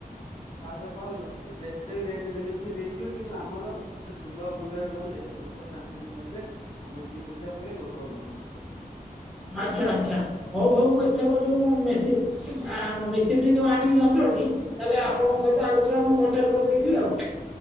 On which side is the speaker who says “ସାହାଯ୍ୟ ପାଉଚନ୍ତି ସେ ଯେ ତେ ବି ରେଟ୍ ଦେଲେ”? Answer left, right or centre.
Left